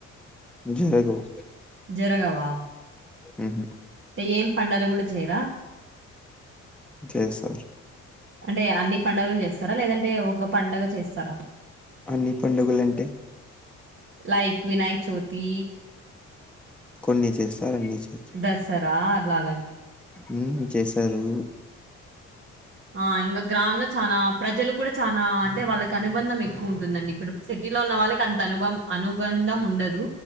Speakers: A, in the centre; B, on the right (about 45°).
A: జరగవు
B: జరగవా
A: ఉహు
B: అంటే ఏం పండగలు కూడా చేయరా
A: జేసారు
B: అంటే అన్ని పండుగలు చేస్తారా లేదంటే ఒక పండగ చేస్తారా
A: అన్ని పండుగలు అంటే
B: లైక్ వినాయక చవితి
A: కొన్ని చేస్తారు అన్ని చేయరు
B: దసరా అలాగండి
A: ఉను చేస్తారు
B: ఆ ఇంగా గ్రామంలో చానా ప్రజలు కూడా చానా అంటే వాళ్ళకి అనుబంధం ఎక్కువ ఉంటుందండి ఇప్పుడు సిటీలో ఉన్న వాళ్ళకి అంత అనుబం అనుబంధం ఉండదు